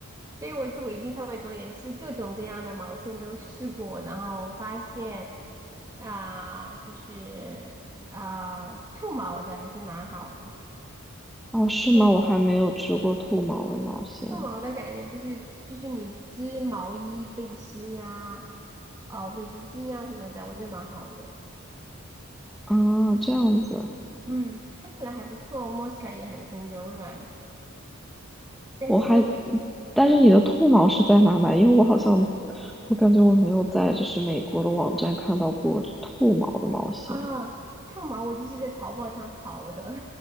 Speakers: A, on the right (about 15°); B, in the centre.
A: 对于我织围巾上稍微多一点，其实各种各样的毛线都试过，然后发现啊、就是啊、兔毛的还是蛮好的，
B: 哦，是吗？
A: 兔
B: 我还没有织过兔毛的毛线
A: 兔毛的感觉就是就是你织毛衣、背心呀、啊、围巾呀什么的，我觉得蛮好的。
B: 啊，这样子，
A: 嗯，看起来还不错，摸起来也很很柔软，但是我也。
B: 我还，但是你的兔毛是在哪买？因为我好像，我感觉我没有在就是美国的网站看到过兔毛的毛线。
A: 啊，兔毛我就是在淘宝上淘的，